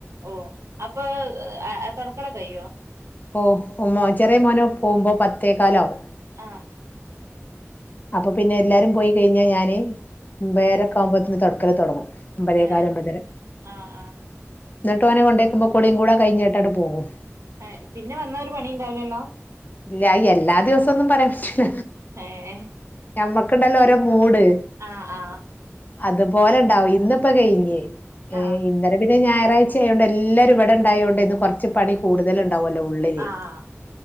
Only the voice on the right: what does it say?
ഓഹ് അപ്പൊ തുടക്കല്ലൊക്കെക്കയോ
ആഹ്
ഉം
ഏഹ്
ആഹ് ആഹ്
ഏഹ് പിന്നെ വന്ന ഒരു പണി ഉണ്ടാവില്ലല്ലോ
ഏഹ്
ആഹ് ആഹ്
ആഹ്
ആഹ്